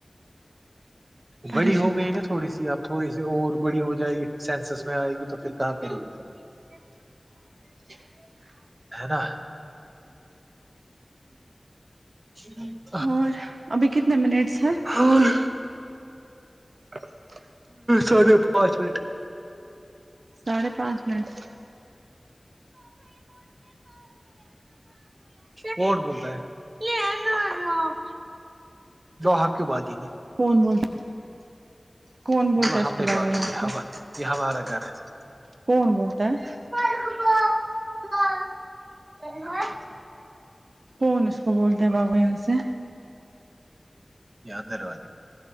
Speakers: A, on the right; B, on the right.
A: پریشان
B: بڑی ہو گئی نا تھوڑی سی اب تھوڑی س اور بڑی ہو جائے گی پھر سینسس میں آئے گی تو پھر کہاں کرے گ کرے
A: <inaudible>
B: ہے نا جی <inaudible>
A: اور ابھی کتنے منٹس ہیں
B: ہن <inaudible>
A: <inaudible>
B: ساڑھے پانچ منٹ <inaudible>
A: ساھے پانچ منٹ
B: بولتا ہے یہ <inaudible> جو آپ کی بال دییں گے <inaudible>
A: فن وون <inaudible> کون بولتا
B: بولو
A: ہے اس
B: ہم
A: کو
B: نہیں
A: بگ
B: بھاگیں
A: یہاں
B: گے ہم
A: سے
B: یہ ہمارا گھر ہے
A: کون بولتا ہے
B: <inaudible>
A: کون اس کو بولتے ہے بابو سے
B: یادر والے <inaudible>